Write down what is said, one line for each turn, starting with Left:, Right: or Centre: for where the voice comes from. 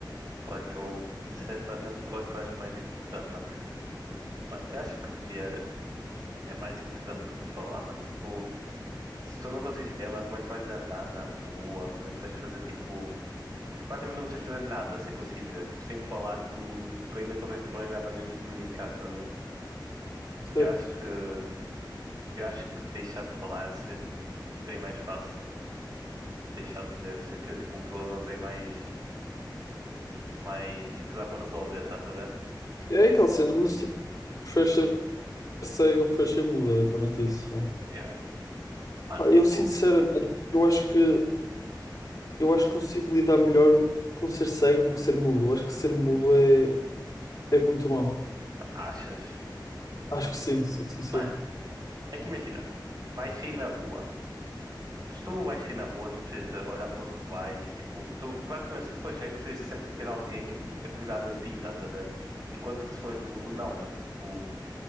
Right: Qual é que eu. Isso é praticamente qual é que eu acho mais importante, mano. Mano, eu acho que ver é mais importante do que falar, mano. Tipo, se tu não consegues ver, mano, como é que tu vais andar na rua? Como é que tu vais fazer, tipo. Tu praticamente não consegues fazer nada sem conseguir ver. Tipo, sem falar, tu, tu ainda consegues, tipo, arranjar maneiras de comunicar, tá? a ver?
Left: certo?
Right: Eu acho que. Eu acho que deixar de falar seria bem mais fácil deixar de ver. Sinto que é tipo um problema bem mais, mais que dá para resolver, estás a ver?
Left: E é aquela cena, mas tipo, preferes ser cego ou preferes ser mudo, é literalmente isso, né?
Right: Yeah. Mano,
Left: Pá,
Right: tipo,
Left: eu sinceramente, eu acho que eu acho que consigo lidar melhor com ser cego do que ser mudo. Eu acho que ser mudo é, é muito mau.
Right: achas?
Left: Acho que sim, sou sincero.
Right: Mano, é que imagina, vais sair na rua. Se tu vais sair na rua, tu precisas de olhar para onde tu vais. Tipo, tu, praticamente se tu fores cego, precisas sempre ter alguém a cuidar de ti, estás a ver? Enquanto que se fores mudo, não, mano. Tipo,